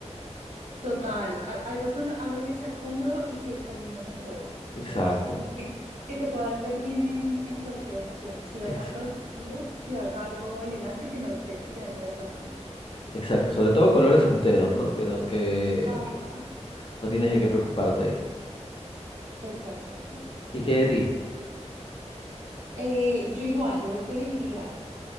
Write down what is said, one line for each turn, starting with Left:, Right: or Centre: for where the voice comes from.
Right: Total, al- algo con lo- algo que sea cómodo y que combine con todo,
Left: Exacto.
Right: yo creo. O sea, que, que te puedas ver bien en, en cualquier ocasión. Si vas
Left: ex-
Right: a algo deportivo, si vas a algo elegante, que no tenga, que no te vaya tan mal.
Left: exacto, sobre todo colores enteros, ¿no? Que, no- que,
Right: Ajá.
Left: No tienes de qué preocuparte ahí.
Right: Exacto, sí.
Left: ¿Y qué hay de ti?
Right: Eh, yo igual, yo creo que elegiría,